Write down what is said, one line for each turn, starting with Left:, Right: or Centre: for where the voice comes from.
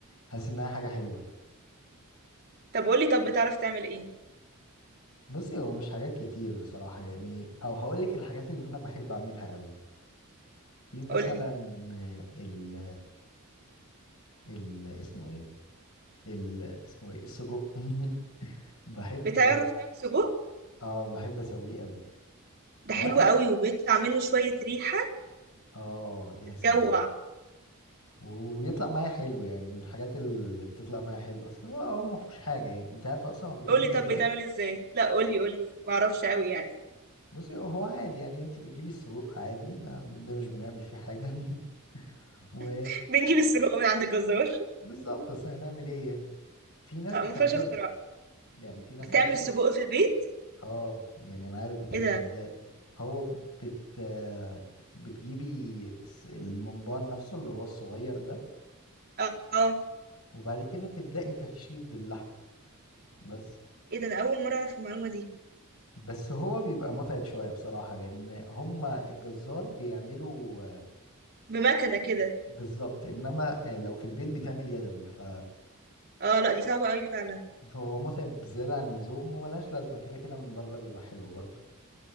Left: حاسس انها حاجة حلوة
Right: طب قول لي طب بتعرف تعمل ايه
Left: بصي هو مش حاجات كتير بصراحة يعني او هقولك الحاجات اللي انا بحب اعملها قوي في مثلا
Right: قول لي
Left: آه، ال ال اسمه ايه ال اسمه ايه السجق <laughs> بحب
Right: بتعرف تعمل سجق
Left: اه بحب اسويه قوي
Right: ده
Left: هو
Right: حلو
Left: اصلا
Right: قوي وبيطلع منه شويه ريحه
Left: اه يا سلام
Right: تجوع
Left: وبيطلع معايا حلو يعني من الحاجات اللي بتطلع معايا حلو اصلا هو هو ما فيهوش حاجه يعني انت عارفه اصلا هو بيتعمل
Right: قولي طب
Left: ازاي
Right: بيتعمل ازاي لا قولي قولي ما اعرفش قوي يعني
Left: بصي هو عادي يعني انت بتجيبي السجق عادي ما- ده مش بنعمل فيه حاجه <laughs> و
Right: <laughs> بنجيب السجق من عند الجزار
Left: بالظبط اصل هنعمل ايه يعني في ناس
Right: اه
Left: بتعمله
Right: ما فيهاش اختراع
Left: يعني في ناس
Right: بتعمل
Left: عارفه
Right: السجق في البيت
Left: اه يعني انا عارف بيتعمل
Right: ايه ده
Left: ازاي هو بت آه، بتجيبي الس- الممبار نفسه اللي هو الصغير ده
Right: اه آه.
Left: وبعد كده تبدأي تحشيه باللحمة بس
Right: ايه ده انا اول مره اعرف المعلومه دي
Left: بس هو بيبقى متعب شوية بصراحة لأن هما الجزار بيعملوا آه،
Right: بمكنه كده
Left: بالظبط إنما آه، لو في البيت بيتعمل يدوي ف...
Right: اه لا دي صعبه قوي فعلا
Left: فهو متعب زيادة عن اللزوم وملهاش لازمة كده كده من بره بيبقى حلو برضه